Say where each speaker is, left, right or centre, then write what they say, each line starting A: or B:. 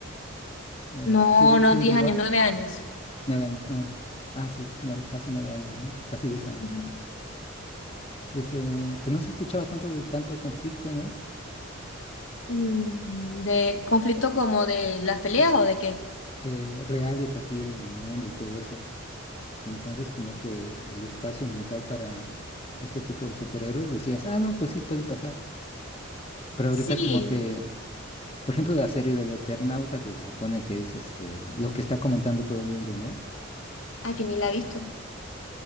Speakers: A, on the left; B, on the left.
A: eh,
B: No,
A: Civil,
B: no,
A: Civil
B: 10
A: War.
B: años, 9 años.
A: Nueve años, ah, ah, sí, nueve- casi nueve años, ¿no? Casi diez años.
B: Ujú.
A: Pues, eh, pues no se escuchaba tanto de tanto conflicto, ¿no?
B: Mm, ¿De conflicto como de las peleas
A: Mm,
B: o de qué?
A: eh, reales así en el mundo y todo eso. Y entonces como que el espacio mental para este tipo de superhéroes decías, ah, no, pues sí puede pasar. Pero
B: Sí.
A: ahorita como que, por ejemplo, la serie del Eternauta, que se supone que es este, lo que está comentando todo el mundo, ¿no?
B: Ah, yo ni la he visto.